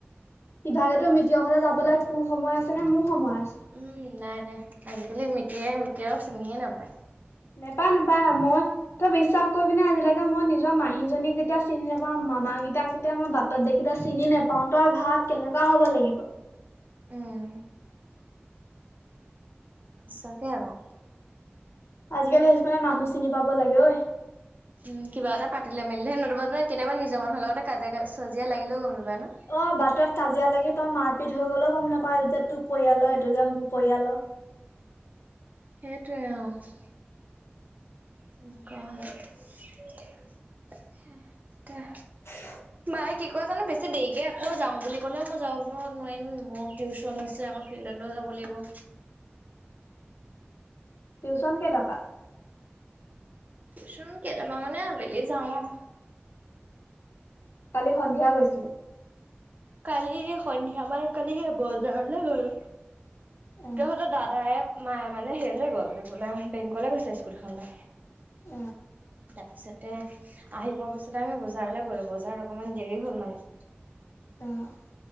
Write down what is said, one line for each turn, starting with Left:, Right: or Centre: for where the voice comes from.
Left: ইভাগ তো মিতৰৰ ঘৰলে যাবলে, তোৰ সময় আছে নে মোৰ সময় আছে।
Right: উম, নাই-নাই আজিকালি মিতিৰে মিতিয়ক চিঙিয়ে নাপায়।
Left: নেপাই-নেপাই, মই তই বিশ্বাস কৰিবিনে আজিলৈকে মই নিজৰ মাহীজনীক যেতিয়া চিনি নাপাওঁ, মামাকেইটাক এতিয়া মই বাটত দেখি চিনি নেপাও, তই ভাৱ কেনেকুৱা হ'ব লাগিব?
Right: উম সঁচাকে আকৌ।
Left: আজিকালি সেইকাৰণে মানুহ চিনি পাব লাগে ঐ।
Right: উম, কিবা এটা পাতিলে মেলিলে নতুবা তো কেতিয়াবা নিজৰ মানুহ লগতে কাজিয়া লাগিলেও গম নাপাই ন।
Left: অ বাটত কাজিয়া লাগি তই মাৰপিট হৈ গ'লেও গ'ম নাপাৱও এইটো যে তোৰ পৰিয়ালৰ,
Right: উম
Left: এইটো যে মোৰ পৰিয়ালৰ।
Right: সেইটোৱে অ', তেনেকুৱা হয়।
Left: হয় <unintelligible>
Right: মায় কি কয় জানো বেছি দেৰিকৈ আকৌ যাওঁ বুলি ক'লেও মই যাব নোৱাৰিম, মোৰ টিউশচন আছে আকৌ। ফিল্ডলৈও যাব লাগিব।
Left: টিউশ্যন কেইটাৰ পা?
Right: টিউশ্যন কেইটাবা মানে আবেলি যাওঁ আৰু।
Left: কালি সন্ধিয়া গৈছিলো।
Right: কালি সন্ধিয়া মান কালি বজাৰলৈ গলো।
Left: অ'
Right: তহঁতৰ দাদায় মায়ে মানে হেয় লৈ গ'ল বোলে বেংকলে গৈছিলে স্কুটীখন লৈ।
Left: উম <unintelligible>
Right: তাৰপিছতে আহি পোৱাৰ পিছতে আমি বজাৰলৈ গলো বজাৰত অকণমান দেৰি হল মানে।
Left: অ' অ'